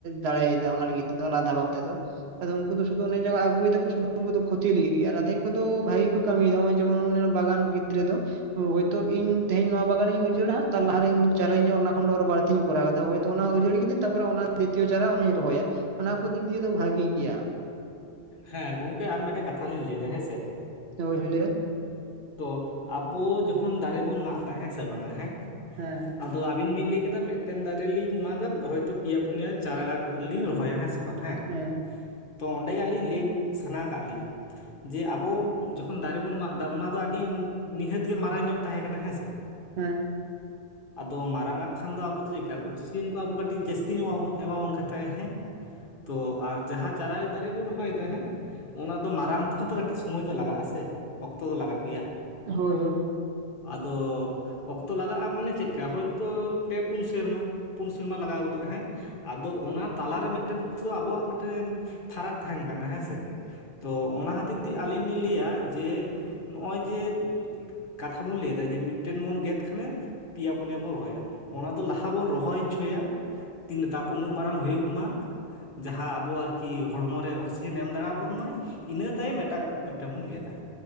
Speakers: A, on the right; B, on the left.
A: ᱫᱟᱲᱮᱭᱫᱟ ᱚᱱᱟ ᱞᱟᱹᱜᱤᱫ ᱛᱮᱫᱚ ᱟᱞᱟᱫᱟ ᱵᱷᱟᱵ ᱛᱮᱫᱚ ᱾ ᱟᱫᱚ ᱩᱱᱠᱩ ᱫᱚ ᱥᱩᱫᱩ ᱚᱱᱮ ᱡᱮ ᱟᱜᱩᱭᱮᱫᱟᱠᱩ ᱥᱩᱫᱷᱩ ᱩᱱᱠᱩ ᱫᱚ ᱠᱷᱚᱛᱤ ᱞᱟᱜᱤᱛ ᱜᱮ ᱟᱨ ᱟᱫᱷᱮᱠ ᱠᱚᱫᱚ ᱵᱷᱟᱜᱤ ᱠᱚ ᱠᱟᱹᱢᱤᱭᱮᱫᱟ ᱱᱚᱜᱚᱭ ᱡᱮᱢᱚᱱ ᱵᱟᱜᱟᱱ ᱵᱷᱤᱛ ᱨᱮ ᱫᱚ᱾ ᱦᱳᱭᱛᱳ ᱤᱧ ᱛᱮᱦᱮᱧ ᱱᱚᱣᱟ ᱵᱟᱜᱟᱱᱤᱧ ᱩᱡᱟᱹᱲᱟᱜᱼᱟ ᱛᱟᱨ ᱞᱟᱦᱟᱨᱮᱧ ᱪᱟᱨᱟ ᱤᱧ ᱚᱱᱟ ᱠᱷᱚᱱ ᱟᱨ ᱵᱟᱹᱲᱛᱤᱧ ᱠᱚᱨᱟᱣ ᱠᱟᱫᱟ ᱦᱳᱭ᱾ ᱛᱚ ᱚᱱᱟ ᱩᱡᱟᱹᱲᱤ ᱠᱤᱫᱟᱹᱧ ᱛᱟᱨᱯᱚᱨᱮ ᱚᱱᱟ ᱫᱤᱛᱤᱭᱚ ᱪᱟᱨᱟ ᱩᱱᱤ ᱤᱧ ᱨᱚᱦᱚᱭᱟ ᱚᱱᱟ ᱠᱚ ᱫᱤᱠ ᱫᱤᱭᱮ ᱫᱚ ᱵᱷᱟᱜᱤ ᱜᱮᱭᱟ ᱾
B: ᱦᱮᱸ ᱜᱚᱝᱠᱮ ᱟᱨ ᱢᱤᱫᱴᱮᱱ ᱠᱟᱛᱷᱟ ᱞᱤᱧ ᱞᱟᱹᱭ ᱮᱫᱟ ᱦᱮᱸ ᱥᱮ᱾
A: ᱦᱳᱭ ᱦᱳᱭ ᱞᱟᱹᱭᱵᱮᱱ᱾
B: ᱛᱚ ᱟᱵᱚ ᱡᱚᱠᱷᱚᱱ ᱫᱟᱨᱮ ᱵᱚᱱ ᱢᱟᱜ ᱮᱫᱟ ᱦᱮᱸ ᱥᱮ ᱵᱟᱝᱟ ᱦᱮᱸ᱾
A: ᱦᱮᱸ᱾
B: ᱟᱫᱚ ᱟᱹᱵᱤᱱ ᱵᱤᱱ ᱞᱟᱹᱭ ᱠᱮᱫᱟ ᱢᱤᱫᱴᱮᱱ ᱫᱟᱨᱮ ᱞᱤᱧ ᱢᱟᱜᱟ ᱦᱚᱭᱛᱚ ᱯᱮᱭᱟ ᱯᱩᱱᱭᱟ ᱪᱟᱨᱟ ᱜᱟᱪᱷ ᱞᱤᱧ ᱨᱚᱦᱚᱭᱟ ᱦᱮᱸ ᱥᱮ ᱵᱟᱝ ᱦᱮᱸ᱾
A: ᱦᱮᱸ᱾
B: ᱛᱚ ᱚᱸᱰᱮ ᱜᱮ ᱟᱹᱞᱤᱧ ᱞᱟᱹᱭ ᱥᱟᱱᱟ ᱟᱠᱟᱫ ᱞᱤᱧᱟᱹ᱾ ᱡᱮ ᱟᱵᱚ ᱡᱚᱠᱷᱚᱱ ᱫᱟᱨᱮ ᱵᱚᱱ ᱢᱟᱜ ᱮᱫᱟ ᱚᱱᱟ ᱫᱚ ᱟᱹᱰᱤ ᱱᱤᱦᱟᱹᱛ ᱜᱮ ᱢᱟᱨᱟᱝ ᱧᱚᱜ ᱛᱟᱦᱮᱸ ᱠᱟᱱᱟ ᱦᱮᱸ ᱥᱮ᱾
A: ᱦᱮᱸ᱾
B: ᱟᱫᱚ ᱢᱟᱨᱟᱝ ᱟᱜ ᱠᱷᱟᱱ ᱫᱚ ᱟᱵᱚ ᱫᱚ ᱪᱤᱜᱠᱟ ᱚᱠᱥᱤᱡᱮᱱ ᱠᱚ ᱟᱵᱚ ᱠᱟᱹᱴᱤᱡ ᱡᱟᱹᱥᱛᱤ ᱧᱚᱜ ᱮᱢᱟ ᱵᱚ ᱮᱢᱟᱵᱚᱱ ᱠᱟᱱ ᱛᱟᱦᱮᱱᱟ ᱦᱮᱸ᱾ ᱛᱚ ᱟᱨ ᱡᱟᱦᱟᱸ ᱪᱟᱨᱟ ᱫᱟᱨᱮ ᱵᱚᱱ ᱨᱚᱦᱚᱭ ᱮᱫᱟ ᱦᱮᱸ᱾ ᱚᱱᱟ ᱫᱚ ᱢᱟᱨᱟᱝ ᱛᱮᱦᱚᱸ ᱛᱚ ᱠᱟᱹᱴᱤᱡ ᱥᱚᱢᱚᱭ ᱫᱚ ᱞᱟᱜᱟᱜ ᱟᱥᱮ ᱚᱠᱛᱚ ᱫᱚ ᱞᱟᱜᱟᱜ ᱜᱮᱭᱟ᱾
A: ᱦᱳᱭ ᱦᱳᱭ
B: ᱟᱫᱚ᱾ ᱚᱠᱛᱚ ᱞᱟᱜᱟᱜᱼᱟ ᱢᱟᱱᱮ ᱪᱮᱫᱠᱟ ᱦᱳᱭᱛᱳ ᱯᱮ ᱯᱩᱱ ᱥᱮᱨᱢᱟ ᱯᱩᱱ ᱥᱮᱨᱢᱟ ᱞᱟᱜᱟᱣ ᱜᱚᱫᱚᱜ ᱦᱮᱸ᱾ ᱟᱫᱚ ᱚᱱᱟ ᱛᱟᱞᱟᱨᱮ ᱢᱤᱫᱴᱮᱱ ᱟᱵᱚᱣᱟᱜ ᱢᱤᱫᱴᱮᱱ ᱯᱷᱟᱨᱟᱠ ᱛᱟᱦᱮᱱ ᱠᱟᱱᱟ ᱦᱮᱸ ᱥᱮ᱾ ᱛᱚ ᱚᱱᱟ ᱠᱷᱟᱹᱛᱤᱨ ᱛᱮ ᱟᱹᱞᱤᱧ ᱞᱤᱧ ᱞᱟᱹᱭᱟ ᱡᱮ ᱱᱚᱜᱼᱚᱭ ᱡᱮ᱾ ᱠᱟᱛᱷᱟ ᱵᱚᱱ ᱞᱟᱹᱭᱫᱟ ᱡᱮ ᱢᱤᱫᱴᱮᱱ ᱵᱚᱱ ᱜᱮᱫ ᱠᱷᱟᱱᱮ᱾ ᱯᱮᱭᱟ ᱯᱩᱱᱭᱟᱹ ᱵᱚᱱ ᱨᱚᱦᱚᱭᱟ ᱚᱱᱟ ᱫᱚ ᱞᱟᱦᱟ ᱵᱚᱱ ᱨᱚᱦᱚᱭ ᱦᱚᱪᱚᱭᱟ᱾ ᱠᱤᱱᱛᱩ ᱛᱟᱯᱚᱨ ᱩᱱᱟᱹᱜ ᱢᱟᱨᱟᱝ ᱦᱩᱭᱩᱜ ᱢᱟ ᱡᱟᱦᱟᱸ ᱟᱵᱚᱣᱟᱜ ᱟᱨᱠᱤ ᱦᱚᱲᱢᱚ ᱨᱮ ᱚᱠᱥᱤ᱾ ᱫᱤᱱᱮᱢ ᱫᱟᱬᱟ ᱯᱚᱱ ᱢᱟᱭ ᱤᱱᱟᱹ ᱛᱟᱭᱚᱢ ᱮᱴᱟᱜᱟᱜ ᱢᱤᱫᱴᱮᱱ ᱵᱚᱱ ᱜᱮᱫᱟ